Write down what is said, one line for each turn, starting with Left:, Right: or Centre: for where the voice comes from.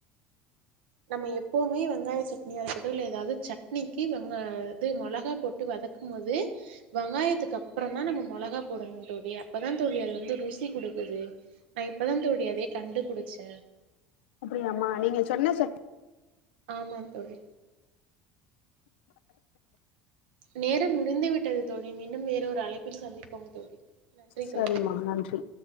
Right: நம்ம எப்பவுமே வெங்காய சட்னியா இருக்கட்டும் இல்ல ஏதாவது சட்னிக்கு வெங்கா இது மெளகா போட் ட்டு வதக்கும் போது வெங்காயத்துக்கு அப்புறந்தா நம்ம மெளகா போடணூ தோழி அப்பதா தோழி அது வந்து ருசி குடுக்குது நா இப்ப தா தோழி அதய கண்டுபிடிச்சே
Left: அப்படியாமா நீங்க சொன்ன சட்
Right: ஆமாந் தோழி நேரம் முடிந்து விட்டது தோழி மீண்டும் வேற ஒரு அழைப்பில் சந்திப்போம் தோழி நன்றி தோழி
Left: சரிம்மா நன்றி